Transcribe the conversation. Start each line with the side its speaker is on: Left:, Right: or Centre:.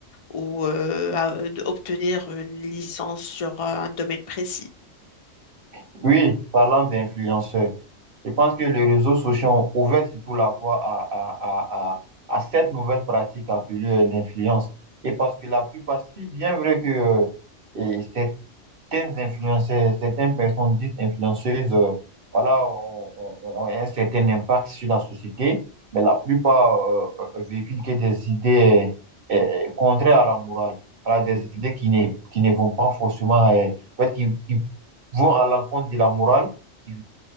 Left: ou euh, à- obtenir une licence sur euh, un domaine précis.
Right: Oui, parlant d'influenceurs, je pense que les réseaux sociaux ont ouvert surtout la voie à, à, à, à, à cette nouvelle pratique appelée euh, l'influence. Et parce que la plupart, si bien vrai que euh, et c'est influenceurs, certaines personnes dites influenceuses, euh, voilà, ont, ont- ont un certain impact sur la société, mais la plupart euh, euh, véhiculent que des idées euh, euh, contraires à la morale, voilà, des
Left: Hmm.
Right: idées qui ne, qui ne vont pas forcément, euh, en fait, qui, qui vont à l'encontre de la morale, qui,